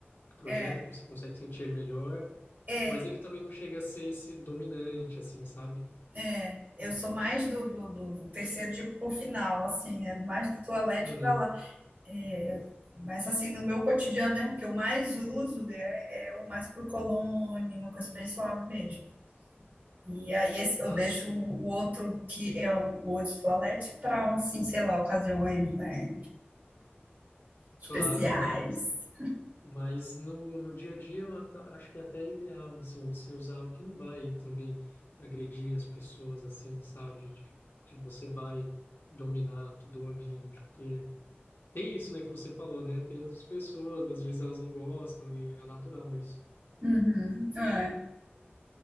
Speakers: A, on the left; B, on the right.
A: projeta,
B: É,
A: que você consegue sentir melhor,
B: é,
A: Mas ele também não chega a ser esse dominante, assim, sabe?
B: é. Eu sou mais do, do, do- do terceiro tipo pro final, assim, né? Mais do toilette
A: Uhum.
B: para lá. É, mas assim, no meu cotidiano mesmo, que eu mais uso é, é o mais pro cologne, uma coisa bem suave mesmo. E aí esse, eu
A: Ah,
B: deixo
A: sim.
B: o outro, que é o Eau de Toilette, para, assim, sei lá, ocasiões, né, especiais.
A: Claro, claro. Mas no, no dia a dia eu ata- acho que é até ideal, assim, você usar o que não vai também agredir as pessoas, assim, sabe? De, de você vai dominar todo o ambiente. Porque tem isso, né, que você falou, né? Tem outras pessoas, às vezes elas não gostam e é natural isso.
B: Uhum, é.